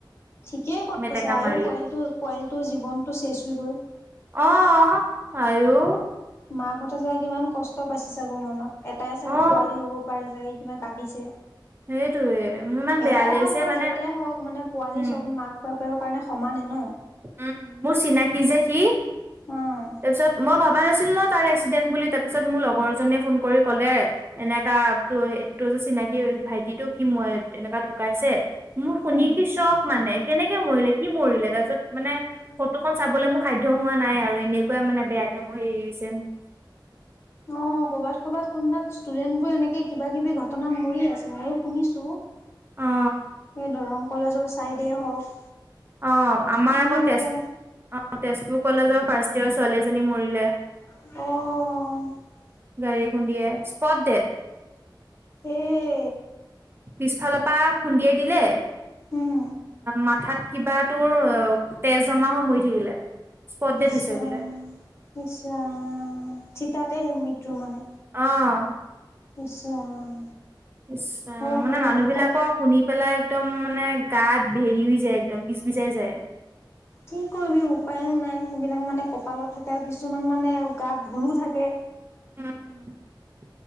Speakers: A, on the left (about 30°); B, on the right (about 30°).
A: ঠিকেই কৈছ
B: মেটেকা
A: আৰু
B: মাৰি
A: পৰিোৱালটো পৰিয়ালটোৰ জীৱনটো শেচ হৈ গ'ল
B: অহ আৰু।
A: মাক কথা চাগে কিমান কষ্ট পাইছে চাগৈ মনত এটাই চাগৈ
B: অ
A: পোৱালি হ'ব পাৰে চাগে। কিমান কান্দিছে।
B: সেইটোয়ে মোৰ ইমান
A: এটাই
B: বেয়া লাগিছে
A: হওক বা
B: মানে
A: যেটাই হওক মানে পোৱালি
B: উম
A: চব মাক বা- ত কাৰণে সমানে ন
B: উম মোৰ চিনাকি যে সি
A: অ',
B: তাৰপিছত মই ভাব- নাছিল ন তাৰ এক্সিডেন্ট বুলি তাৰপিছত মোৰ লগৰজনে ফোন কৰি ক'লে এনেকা তো তোৰ- চিনাকি ভাইটিটো খি মুৱাইত তেনেকুৱা ঢুকাইছে। মোৰ শুনি
A: উম।
B: কি চখ মানে কেনেকে মৰিলে কি মৰিলে তাৰপিছত মানে ফটোখন চাবলৈ মোৰ সাধ্য হোৱা নাই আৰু এনেকুৱা মানে বেয়াকে মহৰিছে।
A: অ কৰ'বাত কৰবাত কোনোবাত ষ্টুডেন্ট বোৰ এনেকে কিবা কিবি ঘটনাত মৰি আছে মইো শুনিছো। সেই
B: অ
A: দৰং কলেজৰ চাইডে হওক।
B: অ আমাৰ
A: মানে
B: আকৌ
A: এনেকে
B: তেজ অ তেজপুৰ কলেজৰ ফাৰ্ষ্ট ইয়েৰ ছোৱালী এজনী মৰিলে।
A: অহ
B: গাড়ী এ খুন্দিয়ে স্পট দেট
A: এই
B: পিছফালৰ পৰা খুন্দিয়াই দিলে
A: উম
B: মাথাত কিবা তোৰ তেজ জমা হৈ মৰি থাকিলে। স্পট ডেট
A: ইছ
B: হৈছে
A: ৰাম
B: বোলে
A: ইছ ৰাম থিতাতে মৃত্যু মানে
B: আহ
A: ইছ ৰাম।
B: ইছ ৰাম
A: হয়
B: মানে
A: দে
B: মানুহ বিলাকৰ
A: কপ
B: শুনি। পেলাই একদম মানে গাত ভেৰিও যায় একদম বিজ বিজাই যায়।
A: কি কৰিবি উপায়ো নাই সেইবিলাক মানে কপালত থাকে আৰু কিছুমান মানে গাত ভূলো থাকে।
B: উম।